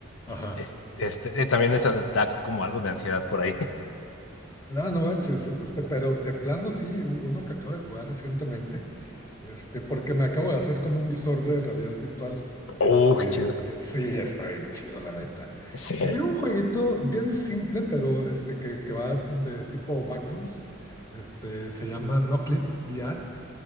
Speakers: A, on the left (about 15°); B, on the left (about 75°).
A: ajá.
B: Es- Este, eh, también esa da como algo de ansiedad por ahí. <laughs>
A: No, no manches, este, pero de plano sí, u- uno que acabo de jugar recientemente, este, porque me acabo de hacer con un visor de realidad virtual. Este,
B: Oh, qué chido.
A: eh, sí, está bien chido, la neta.
B: Sí.
A: Y hay un jueguito bien simple, pero este, que, que va de tipo backrooms, este, se llama No Clip VR,